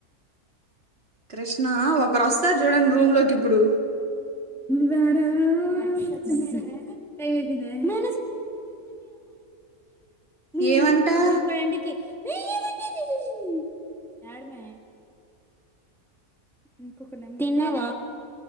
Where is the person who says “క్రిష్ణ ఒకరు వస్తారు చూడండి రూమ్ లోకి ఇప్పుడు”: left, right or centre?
Right